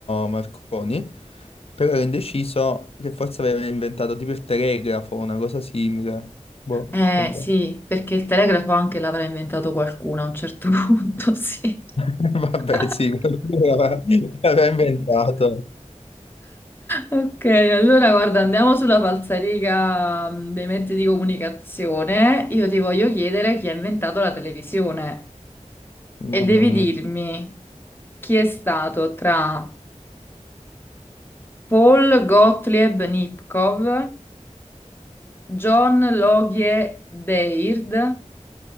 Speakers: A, on the left; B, on the left.
A: Marconi, però ero indeciso che forse aveva inventato tipo il telegrafo, una cosa simile. Boh,
B: Eh
A: vabbè.
B: sì, perché il telegrafo anche l'avrà inventato qualcuno a un certo <laughs> punto, sì.
A: <laughs> Vabbè,
B: <laughs>
A: sì, qualcuno l'aveva l'aveva inventato.
B: Ok, allora guarda, andiamo sulla falsariga mh, dei mezzi di comunicazione. Io ti voglio chiedere chi ha inventato la televisione
A: Mamma
B: e devi
A: mia.
B: dirmi chi è stato tra Paul Gottlieb Nipkow, John Logie Baird,